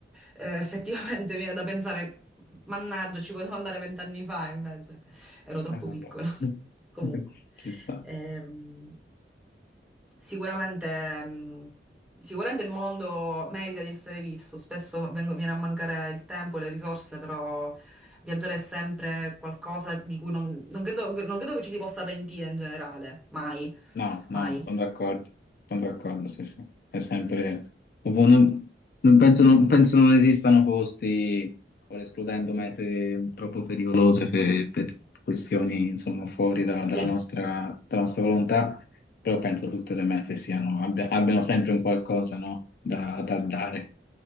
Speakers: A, in the centre; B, on the left (about 55°).
A: Eh, <laughs> effettivamente viene da pensare, mannaggia, ci potevo andare vent'anni fa, invece ero troppo
B: Eh, vabbè.
A: piccola.
B: <laughs>
A: <laughs> Comunque,
B: Ci sta.
A: ehm, sicuramente, ehm, sicuramente il mondo merita di essere visto. Spesso vengo- viene a mancare il tempo, le risorse, però viaggiare è sempre qualcosa di cui non, non credo, non credo che ci si possa pentire in generale, mai.
B: No, no,
A: Mai.
B: sono d'accordo, sono d'accordo, sì, sì. È sempre... ovvio, Non, non penso, non, penso non esistano posti, ora escludendo mete troppo pericolose per, per questioni, insomma, fuori da- dalla
A: Sì,
B: nostra, dalla nostra volontà, però penso tutte le mete siano, abbia- abbiano sempre un qualcosa, no? Da, da dare.